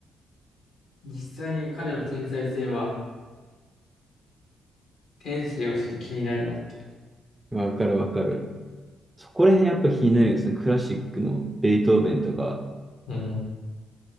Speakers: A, on the left; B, on the right.
A: 実際に彼の天才性は、天性はちょっと気になるなって。
B: わかるわかる。そこら辺やっぱ気になるよね。そのクラシックのベートーベンとか、
A: うん。